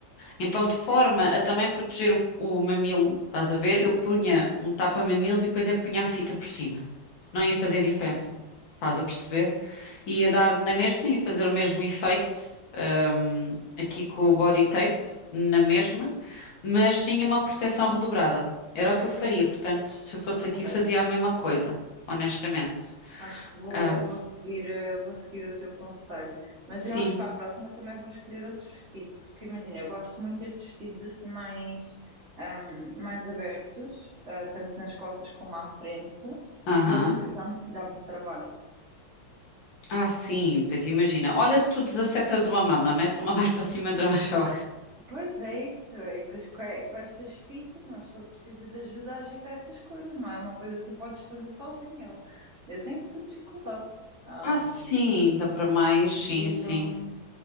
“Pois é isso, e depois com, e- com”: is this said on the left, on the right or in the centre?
Right